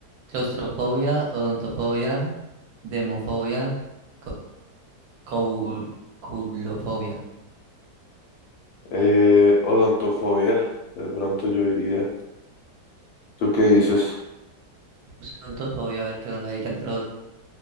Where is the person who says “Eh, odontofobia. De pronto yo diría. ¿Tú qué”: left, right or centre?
Left